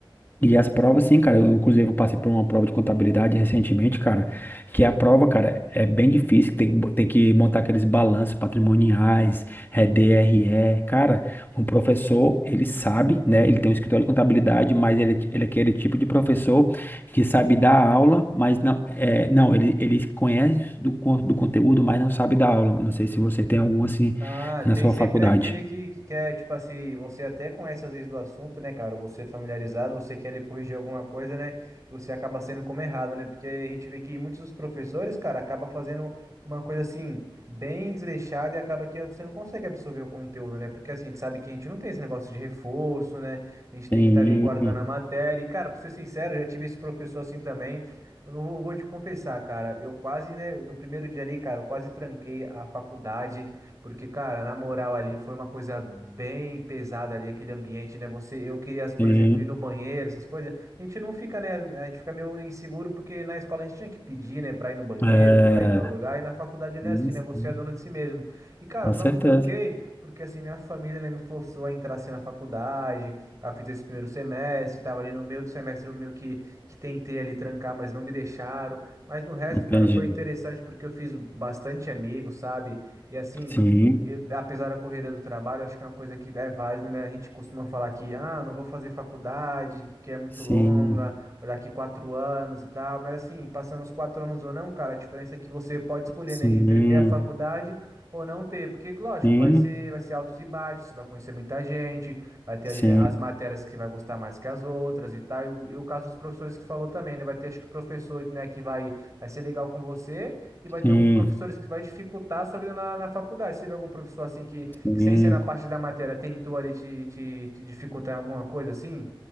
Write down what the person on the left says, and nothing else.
e as provas, sim, cara. Eu, inclusive, eu passei por uma prova de contabilidade recentemente, cara. Que a prova, cara, é bem difícil. Tem, que bo- tem que montar aqueles balanços patrimoniais, é DRE. Cara, um professor, ele sabe, né? Ele tem um escritório de contabilidade, mas ele, ele é aquele tipo de professor que sabe dar aula, mas não, é, não ele, ele conhece do, con- do conteúdo, mas não sabe dar aula. Não sei se você tem algum assim
na
sua
faculdade.
Sim,
sim.
É.
Sim,
sim.
Com
certeza.
Entendi.
Sim,
sim,
sim,
sim,
sim,
sim,
sim.